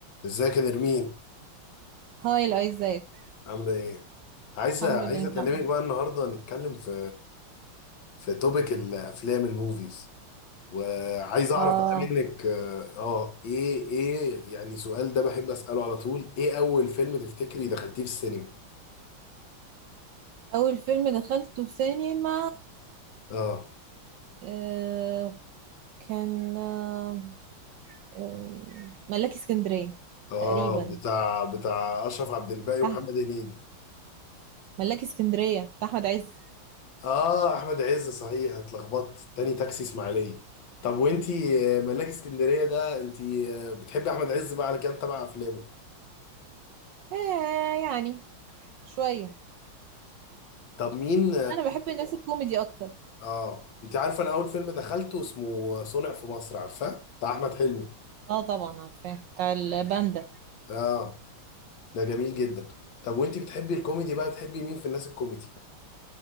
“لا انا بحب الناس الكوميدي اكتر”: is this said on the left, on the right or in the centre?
Right